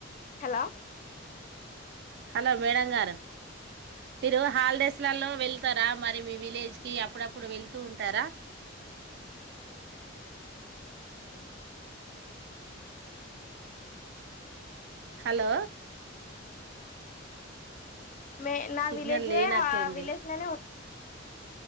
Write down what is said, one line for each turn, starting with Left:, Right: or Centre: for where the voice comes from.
Left: హలో
Right: హలో మేడంగారు మీరు హాలిడేస్ లలో వెళ్తారా మరి మీ విలేజ్ కి అప్పుడప్పుడు వెళ్తూ ఉంటారా హలో
Left: మే నా
Right: సిగ్నల్
Left: విలేజే
Right: లేనట్టుంది
Left: ఆహా విలేజ్ లోనే